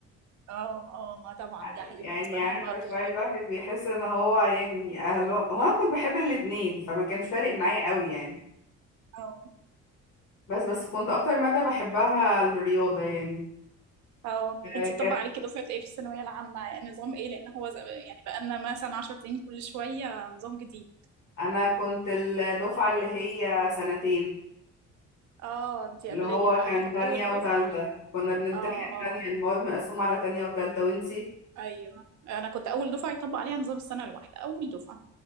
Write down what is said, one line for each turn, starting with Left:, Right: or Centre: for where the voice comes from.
Right: اه اه ما طبعا
Left: <laughs>
Right: الأهل
Left: يعني
Right: بالنسبة
Left: عارفه
Right: لهم بقى طب
Left: شويه الواحد بيحس ان هو يعني اهله هو انا كنت بحب الاتنين فما كانش فارق معايا
Right: أيوة.
Left: قوي يعني
Right: اه
Left: بس بس كنت اكتر ماده بحبها الرياضه يعني
Right: اه
Left: آه
Right: انتي
Left: كانت
Right: طبق عليكي دفعة ايه في الثانوية العامة يعني نظام ايه لان هو ز- يعني بقالنا مثلا 10 سنين كل شوية نظام جديد
Left: انا كنت الدفعه اللي هي سنتين
Right: اه انتي
Left: اللي
Right: قبلية
Left: هو
Right: بقى
Left: كان
Right: انا كانت
Left: تانية
Right: اول
Left: وتالتة
Right: دفعة
Left: كنا بنمتحن
Right: اه اه
Left: تانية المواد مقسومه على تانية وتالتة وانتي
Right: ايوه انا كنت اول دفعة يطبق عليها نظام السنة الواحدة اول دفعة